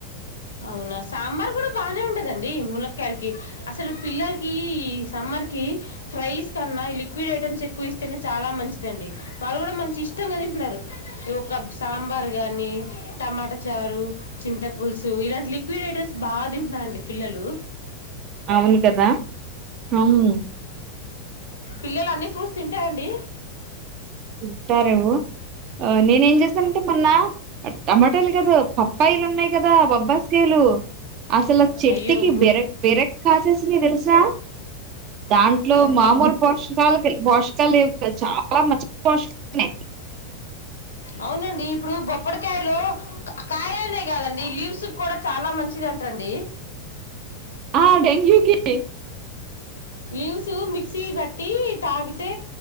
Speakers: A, on the left; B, on the right.
A: అవునా సాంబార్ కూడా బాగనే ఉంటదండి. ములక్కయాలకి అసలు పిల్లలకి, సమ్మర్ కి, ఫ్రైస్ కన్నా లిక్విడ్ ఐటమ్స్ ఎక్కువ ఇస్తేనే చాలా మంచిదండి. వాళ్ళు కూడా మంచి ఇష్టంగా తింటున్నారు. ఒక సాంబార్ గానీ, టమాటా చారు, చింతపులుసు. స ఇలాంటి లిక్విడ్ ఐటమ్స్ బాగా తింటున్నారు అండి పిల్లలు.
B: అవును కదా అవు
A: పిల్లలు అన్ని ఫ్రూట్స్ తింటాయండి
B: ఇంటారేవ్ ఆ నేను చేస్తా ఇంటి పన్నా టమాటాలు కదా పప్పాయిలు ఉన్నాయి కదా. బబ్బాస్కాయలు అసలు చెట్కి
A: అయ్యో ము
B: బిరక్ బిరక్ కాసేసినయి తెలుసా. దాంట్లో
A: అసలు
B: మామూలు
A: చు
B: పోషకాలు పోషకాలువి చాలా మంచ్ పోష్ నే
A: అవునండి ఇప్పుడు బొప్పడికాయలు కాయనే కాదండి లీవ్స్ కూడా చాలా మంచిది అంట అండి
B: ఆ డెంగ్యూకి
A: లీవ్స్ మిక్సీ బట్టి తాగితే